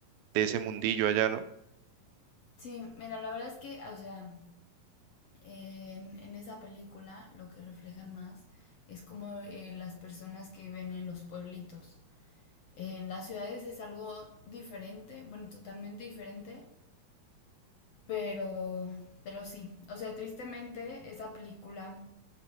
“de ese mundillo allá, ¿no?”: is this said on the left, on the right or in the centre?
Right